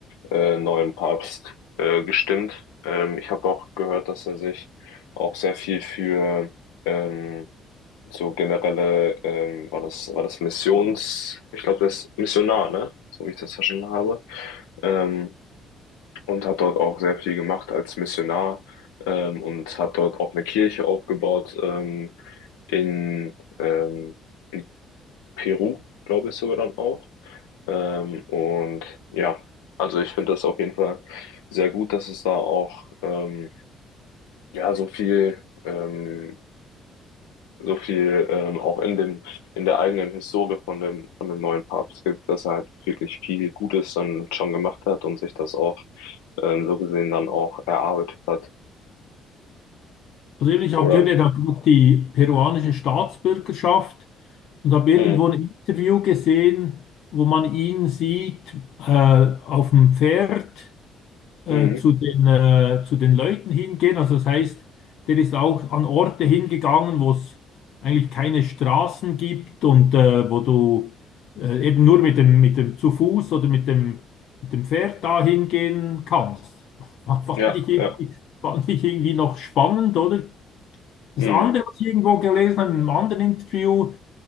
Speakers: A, on the left; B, on the left.
A: äh, neuen Papst äh, gestimmt. Ähm, ich habe auch gehört, dass er sich auch sehr viel für ähm, so generelle, ähm, war das, war das Missions, ich glaube, das ist Missionar, ne? So wie ich das verstanden habe. Ähm, und hat dort auch sehr viel gemacht als Missionar ähm, und hat dort auch eine Kirche aufgebaut ähm, in, ähm, in Peru, glaube ich sogar dann auch. Ähm, und ja, also ich finde das auf jeden Fall sehr gut, dass es da auch ähm, ja so viel ähm, so viel ähm, auch in dem in der eigenen Historie von dem von dem neuen Papst gibt, dass er halt wirklich viel Gutes dann schon gemacht hat und sich das auch ähm, so gesehen dann auch erarbeitet hat.
B: Also eben, ich
A: Oder
B: habe gehört,
A: wie?
B: er hat auch die peruanische Staatsbürgerschaft und habe irgendwo
A: Mhm.
B: ein Interview gesehen, wo man ihn sieht äh, auf dem Pferd. äh,
A: Mhm.
B: zu den, äh, zu den Leuten hingehen. Also das heißt, der ist auch an Orte hingegangen, wo es eigentlich keine Straßen gibt und äh, wo du äh, eben nur mit dem, mit dem zu Fuß oder mit dem, mit dem Pferd da hingehen kannst. <laughs> Fand
A: Ja,
B: ich irgendwie,
A: ja.
B: fand ich irgendwie noch spannend, oder? Das
A: Mhm.
B: andere, was ich irgendwo gelesen habe, in einem anderen Interview,